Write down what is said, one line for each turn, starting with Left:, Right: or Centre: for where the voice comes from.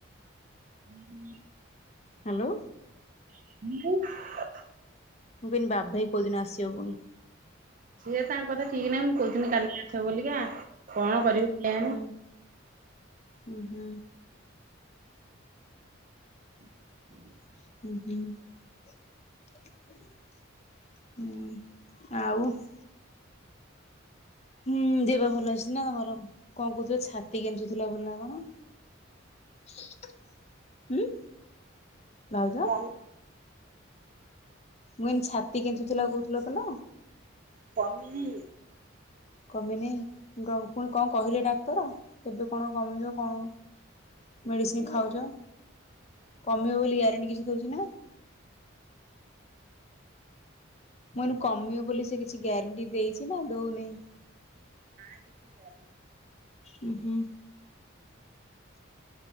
Right: ହୁଁ ହ <inaudible>
Left: ହ୍ୟାଲୋ।
Right: ହଁ <inaudible>
Left: <inaudible> ଭାଇ କୋଉଦିନ ଆସିବ ପୁଣି
Right: ସିଏ ତାଙ୍କ କଥା ଠିକ୍ ନାହିଁ, ମୁଁ କହୁଥିନି କାଲିକି ଆସ ବୋଲିକା କଣ କରିବି <inaudible>
Left: ହୁଁ ଉଁ ହୁଁ
Right: ହୁଁ
Left: ହୁଁ-ହୁଁ। ହୁଁ, ଆଉ ହୁଁ ଦେହପା ଭଲ ଅଛି ନା ତମର, କଣ କହୁଥିଲ ଛାତି କେଞ୍ଚୁ ଥିଲା ନା କଣ। <unintelligible> ଭାଉଜ
Right: କମି
Left: ମୁଁ <unintelligible> ଛାତି କେନ୍ତୁଥିଲା କହୁଥିଲ <unintelligible>
Right: <inaudible>
Left: କମିନେଇଁ, ପୁଣି କଣ କହିଲେ ଡାକ୍ତର? କେବେ କଣ କମିବ କଣ ମେଡିସିନ୍ ଖାଉଚ।
Right: ମେଡିସିନ
Left: କମିବ
Right: ତ ଦେଇ
Left: ବୋଲି ଗ୍ୟାରେଣ୍ଟି କିଛି ଦଉଚି ନା। ମୁଁ କହିନି କମିବ ବୋଲି ସେ କିଛି ଗ୍ୟାରେଣ୍ଟି ଦେଇଚି ନା ଦଉନି।
Right: <inaudible>
Left: ହୁଁ-ହୁଁ।